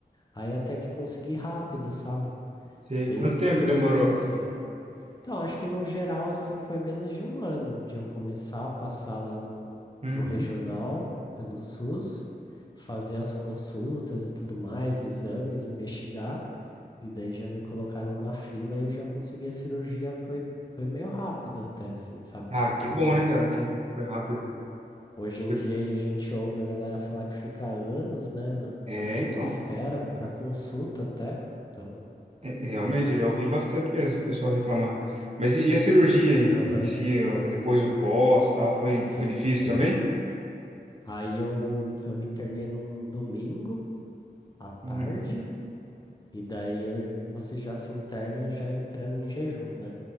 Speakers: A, on the left; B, on the right.
A: aí até que consegui rápido, sabe?
B: Sei.
A: Desde
B: Quanto tempo
A: o início,
B: demorou?
A: assim. Então, acho que no geral, assim, foi menos de um ano de eu começar a passar lá no,
B: Uhum.
A: no regional, pelo SUS, fazer as consultas e tudo mais, exames, investigar. E daí já me colocaram na fila e eu já consegui a cirurgia, foi, foi meio rápido até, assim, sabe?
B: Ah, que bom,
A: Porque
B: né, cara? Que foi rápido.
A: hoje em
B: Eu-
A: dia aí a gente ouve a galera falar que fica anos, né, na,
B: É,
A: na fila
B: então.
A: de espera para consulta até. Então,
B: É, Realmente, eu já ouvi bastante mesmo o pessoal reclamar. Mas e, e a cirurgia em,
A: aham,
B: em si, ó, depois o pós, tal, foi,
A: sim,
B: foi difícil
A: sim.
B: também?
A: Aí eu, eu me internei num domingo à
B: Uhum.
A: tarde, e daí eu- você já se interna já entrando em jejum, né?